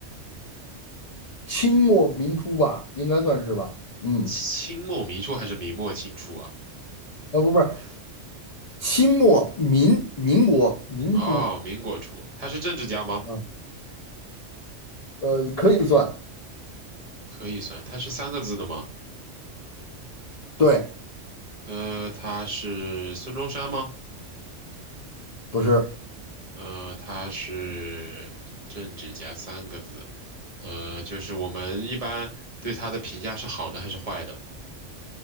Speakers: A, on the left (about 70°); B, on the right (about 35°).
A: 清末民初吧，应该算是吧。嗯，
B: 清末民初还是明末清初啊？
A: 啊不不是，清末民民国民初，
B: 哦，民国初，他是政治家吗？
A: 嗯，呃，可以算，
B: 可以算，他是三个字的吗？
A: 对，
B: 呃，他是孙中山吗？
A: 不是，
B: 呃，他是政治家三个字。呃，就是我们一般对他的评价是好的还是坏的？